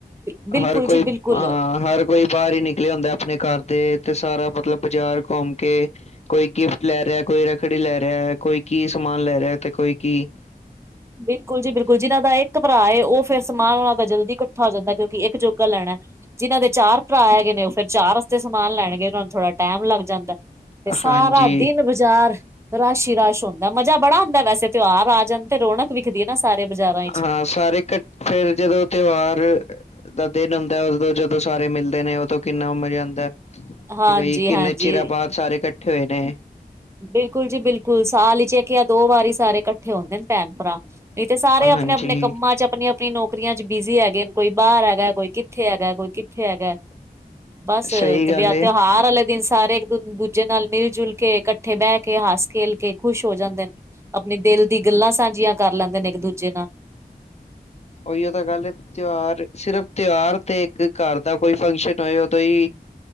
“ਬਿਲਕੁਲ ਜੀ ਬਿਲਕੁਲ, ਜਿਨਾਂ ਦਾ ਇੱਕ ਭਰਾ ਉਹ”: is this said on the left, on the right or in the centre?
Right